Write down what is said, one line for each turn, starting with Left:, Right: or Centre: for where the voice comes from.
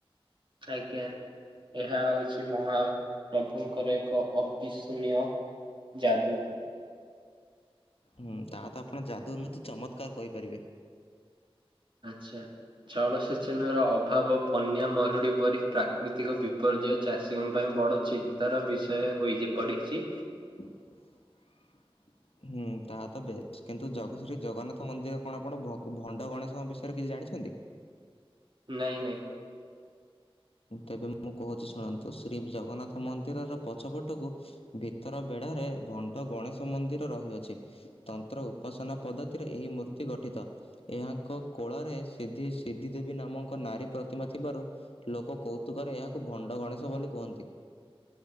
Right: ଆଜ୍ଞା। ଏହା ହଉଛି ମହାପ୍ରଭୁଙ୍କର ଏକ ଅବିସ୍କଣୀୟ। ଯାଦୁ।
Left: ହୁଁ ତାହା ତ ଆପଣ ଯାଦୁ ନୁହେଁତ ଚମତ୍କାର କହିପାରିବେ।
Right: ଆଚ୍ଛା। ଜଳସେଚନର ଅଭାବ ବନ୍ୟା ମରୁଡି ପରି ପ୍ରାକୃତିକ ବିପର୍ଯ୍ୟୟ ଚାଷୀଙ୍କ ପାଇଁ ବଡ ଚିନ୍ତାର ବିଷୟ ହୋଇ ଜି ପଡିଛି।
Left: <unintelligible> ହୁଁ ତାହା ତ ବେ କିନ୍ତୁ ଜଗ ଶ୍ରୀ ଜଗନ୍ନାଥ ମନ୍ଦିର କଣ ଆପଣ ଭଗ ଭଣ୍ଡ ଗଣେଶଙ୍କ ବିଷୟରେ କିଛି ଜାଣିଛନ୍ତି?
Right: ନାଇଁ ନାଇଁ।
Left: ତେବେ ମୁଁ କହୁଛି ଶୁଣନ୍ତୁ ଶ୍ରୀ ଜଗନ୍ନାଥ ମନ୍ଦିରର ପଛପଟକୁ ଭିତର ବେଢ଼ାରେ ଭଣ୍ଡ ଗଣେଶ ମନ୍ଦିର ରହିଅଛି। ତନ୍ତ୍ର ଉପାସନା ପଦ୍ଧତିରେ ଏହି ମୂର୍ତ୍ତି ଗଠିତ। ଏହାଙ୍କ କୋଳରେ ସିଧି ସିଦ୍ଧି ଦେବୀ ନାମକ ନାରୀ ପ୍ରତିମା ଥିବାରୁ ଲୋକ କୌତୁକରେ ଏହାକୁ ଭଣ୍ଡ ଗଣେଶ ବୋଲି କୁହନ୍ତି।